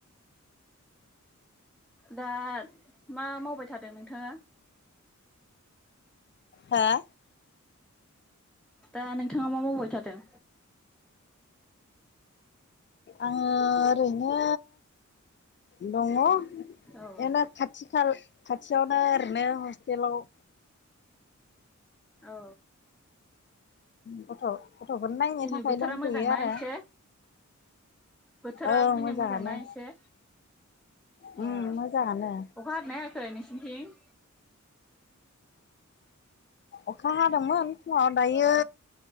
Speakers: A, in the centre; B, on the left.
A: दा मा मावबाय थादों नोंथाङा?
B: हा
A: दा नोंथाङा मा मावबाय थादों?
B: आंङो ओरैनो दङ ओरैनो
A: औ
B: खाथि खाल खाथियावनो ओरैनो हस्टेलाव
A: औ
B: गथ' गथ'फोर नायनो
A: दिनै
B: थाखाय
A: बोथोरा
B: दंफैयो
A: मोजांना
B: आरो
A: एसे? बोथोरा
B: औ
A: दिनै
B: मोजाङानो
A: मोजांना एसे? ओ
B: उम
A: अखा
B: मोजाङानो
A: हादोंना हायाखै नोंसिनिथिं?
B: अखा हादोंमोन फुङाव दायो
A: ओ